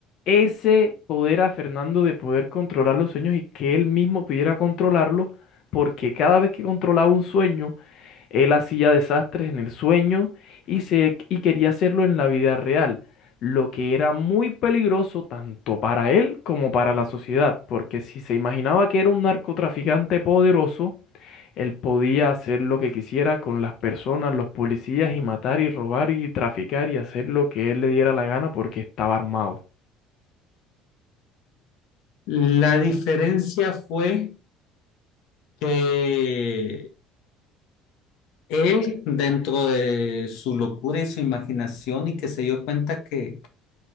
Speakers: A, on the left; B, on the left.
A: ese poder a Fernando de poder controlar los sueños y que él mismo pudiera controlarlo, porque cada vez que controlaba un sueño, él hacía desastres en el sueño y, se, y quería hacerlo en la vida real, lo que era muy peligroso tanto para él como para la sociedad, porque si se imaginaba que era un narcotraficante poderoso, él podía hacer lo que quisiera con las personas, los policías, y matar y robar y traficar y hacer lo que él le diera la gana porque estaba armado.
B: La diferencia fue que Él, dentro de su locura y su imaginación, y que se dio cuenta que,